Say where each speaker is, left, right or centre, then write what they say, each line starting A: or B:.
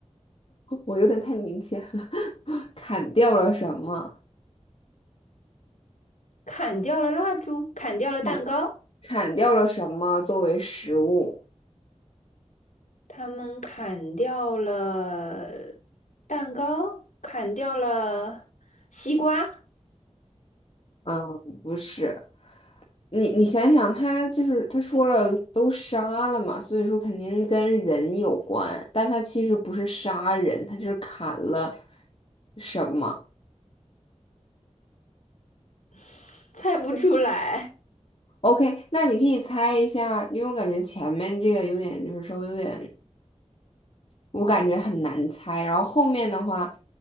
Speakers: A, on the left; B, on the left.
A: 我有点太明显了，<laughs> 砍掉了什么？
B: 砍掉了蜡烛，砍掉了蛋糕，
A: 砍砍掉了什么作为食物？
B: 他们砍掉了蛋糕，砍掉了西瓜，
A: 嗯，不是，你你想想，他就是他说了都杀了嘛，所以说肯定跟人有关，但他其实不是杀人，他就是砍了什么。
B: <laughs> 猜不出来。
A: OK，那你可以猜一下，因为我感觉前面这个有点，就是稍微有点，我感觉很难猜。然后后面的话，